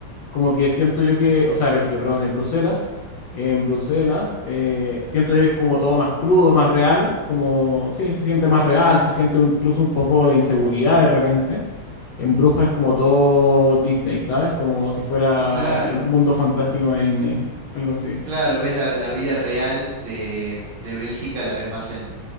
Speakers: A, on the left; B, on the right.
A: Como que siento yo que, o sea, Bélgica, perdón, en Bruselas. En Bruselas, eh, siento yo que es como todo más crudo, más real, como, sí, se siente más real, se siente incluso un poco de inseguridad de repente. En Brujas es como todo Disney, ¿sabes? Como si fuera
B: claro.
A: el mundo fantástico de Disney, algo así.
B: Claro, ves la, la vida real de, de Bélgica, la ves más en,